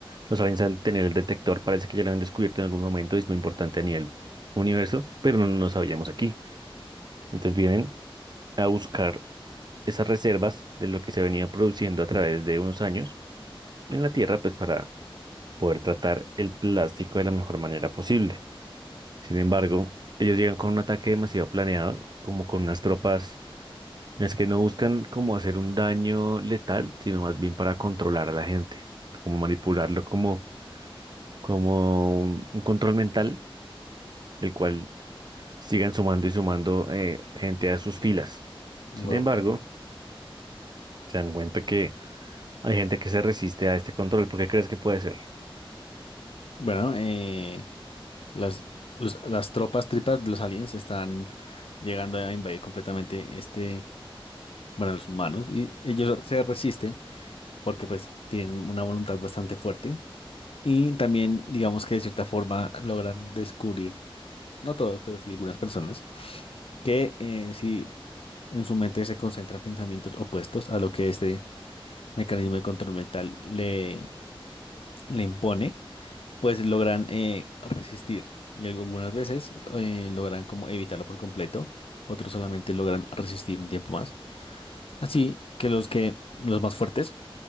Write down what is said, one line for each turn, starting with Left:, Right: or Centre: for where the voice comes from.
Right: Los aliens al tener el detector parece que ya lo habían descubierto en algún momento y es muy importante a nivel universo, pero no lo sabíamos aquí. Entonces vienen a buscar esas reservas de lo que se venía produciendo a través de unos años en la Tierra, pues para poder tratar el plástico de la mejor manera posible. Sin embargo, ellos llegan con un ataque demasiado planeado, como con unas tropas en las que no buscan como hacer un daño letal, sino más bien para controlar a la gente, como manipularlo como, como un control mental el cual sigan sumando y sumando eh, gente a sus filas.
Left: Wow.
Right: Sin embargo, se dan cuenta que hay gente que se resiste a este control. ¿Por qué crees que puede ser?
Left: Bueno, eh, las, los- las tropas tripas de los aliens están llegando a invadir completamente este, bueno, a los humanos y ellos se resisten porque pues tienen una voluntad bastante fuerte y también digamos que de cierta forma logran descubrir, no todos, pero sí algunas personas, que eh, si en su mente se concentran pensamientos opuestos a lo que este mecanismo de control mental le, le impone, pues logran eh, resistir y algunas veces eh, logran como evitarlo por completo, otros solamente logran resistir un tiempo más. Así que los que, los más fuertes,